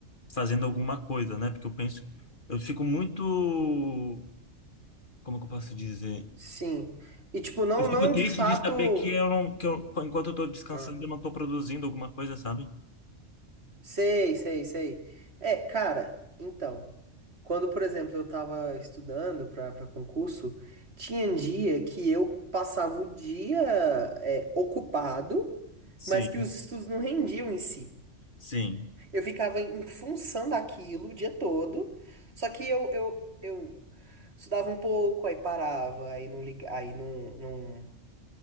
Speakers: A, on the left; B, on the right.
A: fazendo alguma coisa, né? Porque eu penso, eu fico muito, como que eu posso dizer?
B: Sim. E tipo, não,
A: Eu fico
B: não
A: triste
B: de fato.
A: de saber que eu não, que eu, enquanto eu tô descansando,
B: Ah,
A: eu não tô produzindo alguma coisa, sabe?
B: sei, sei, sei. É, cara, então. Quando, por exemplo, eu tava estudando pra, pra concurso, tinha dia que eu passava o dia é, ocupado,
A: Sim,
B: mas que os estudos não rendiam em si.
A: sim,
B: Eu ficava em função daquilo o dia todo. Só que eu, eu, eu estudava um pouco, aí parava, aí não liga, aí não, não,